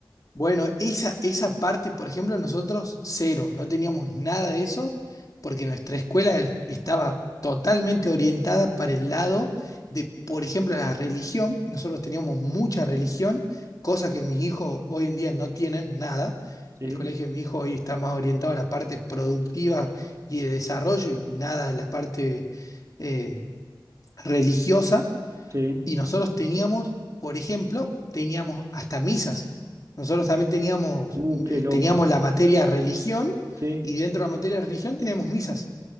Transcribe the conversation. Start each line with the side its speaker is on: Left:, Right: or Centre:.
Left: Bueno, esa, esa parte, por ejemplo, nosotros cero, no teníamos nada de eso, porque nuestra escuela estaba totalmente orientada para el lado de, por ejemplo, la religión. Nosotros teníamos mucha religión, cosa que mis hijos hoy en día no tienen nada.
Right: Sí,
Left: El colegio de mi hijo hoy está más orientado a la parte productiva y de desarrollo y nada a la parte eh, religiosa.
Right: sí.
Left: Y nosotros teníamos, por ejemplo, teníamos hasta misas. Nosotros también teníamos,
Right: Uh, qué
Left: eh,
Right: loco.
Left: teníamos la materia religión
Right: Sí,
Left: y dentro de la materia religión teníamos misas.